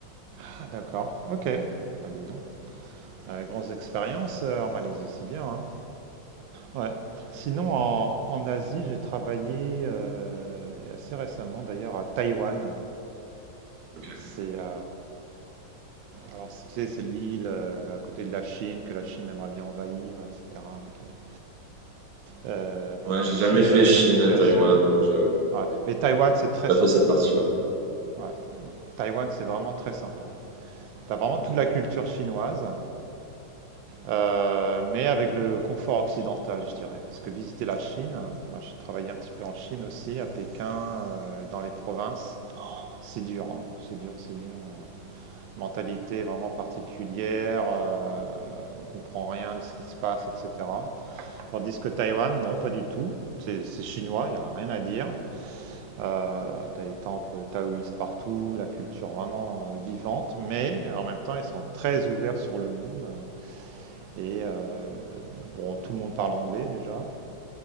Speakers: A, on the right; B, on the right.
A: Ah d'accord, ok. Bah dis donc. Euh, grandes expériences euh, en Malaisie, c'est bien, hein? Ouais. Sinon, en, en Asie, j'ai travaillé euh, assez récemment d'ailleurs à Taïwan.
B: Ok.
A: C'est euh, alors c'est- tu sais, c'est l'île euh, à côté de la Chine que la Chine aimerait bien envahir, etc. mais qui est, euh, un peu
B: Ouais,
A: difficile
B: j'ai jamais fait
A: euh,
B: Chine,
A: la situation.
B: Taïwan. euh, Je
A: Ouais. Mais Taïwan, c'est très
B: j'ai pas
A: sympa.
B: fait cette partie-là.
A: Taïwan, Ouais. Taïwan, c'est vraiment très sympa. T'as vraiment
B: Ok.
A: toute la culture chinoise. Euh, mais avec le confort occidental, je dirais. Parce que visiter la Chine, moi j'ai travaillé un petit peu en Chine aussi, à Pékin, euh, dans les provinces, c'est dur, hein. c'est dur, c'est dur. Euh, Mentalité vraiment particulière, euh, on comprend rien de ce qui se passe, etc. Tandis que Taïwan, non, pas du tout. C'est c'est chinois, il n'y a rien à dire. Euh, t'as les temples taoïstes partout, la culture vraiment euh, vivante, mais en même temps ils sont très ouverts sur le monde. Et euh, bon, tout le monde parle anglais déjà.